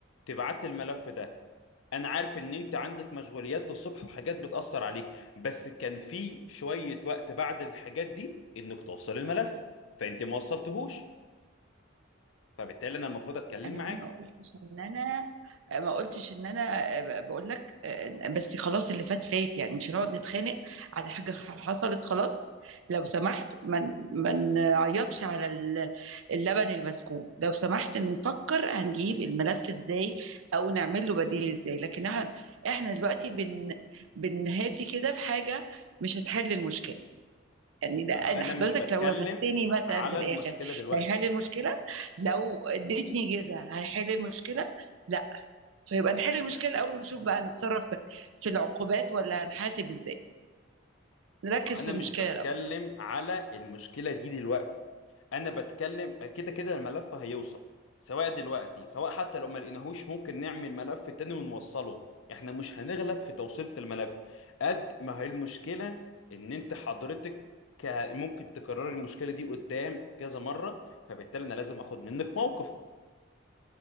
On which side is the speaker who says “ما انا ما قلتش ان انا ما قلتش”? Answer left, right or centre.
Right